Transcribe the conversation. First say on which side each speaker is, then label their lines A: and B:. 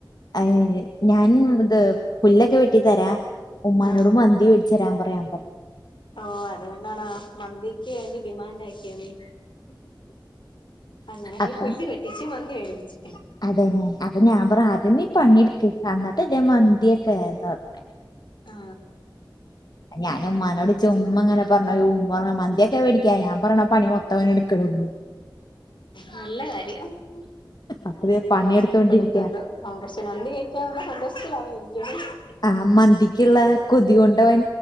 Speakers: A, on the left; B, on the left.
A: <unintelligible> ഞാൻ ഇത് പുല്ലൊക്കെ വെട്ടി തരാ ഉമ്മാനോട്
B: ആഹ്
A: മന്തി വേടി ച്ച് തരാംപറയാൻ പറഞ്ഞു
B: ഓ അതുകൊണ്ടാണോ മന്തിക്ക് വേണ്ടി ഡിമാൻഡ് ആക്കിയോനി. അങ്ങനെ നീ
A: അപ്പൊ
B: പുല്ല് വെട്ടിച്ച് മന്തി വേടി ആച്ചി
A: അതന്നെ അത്ഞാ പറ ആദ്യം നീ പണിയെടുക്ക് അന്നിട്ടല്ലേ മന്തിയൊക്കേന്നുപറഞ്ഞു.
B: ആ
A: ഞാനുമ്മാനോട് ചുമ്മാങ്ങനെ പ് പറഞ്ഞു ഉമ്മാറഞ്ഞു മന്തിയക്കെ മേടിക്കാ ഞാൻ പറേണ പണി മൊ ത്ത വനെടുക്കണം
B: നല്ല കാര്യം. ഉം
A: അപ്പൊ ദേ
B: ഇട്ട്
A: പണിയെടുത്തോണ്ടിരിക്ക
B: നഷ്ടപ്പെടുത്തത് ഉം പക്ഷെ മന്തി കഴിക്കാനുള്ള സന്തോഷത്തിലാണ് <unintelligible>
A: ആ മന്തിക്കുള്ള കൊതി കൊണ്ടവൻ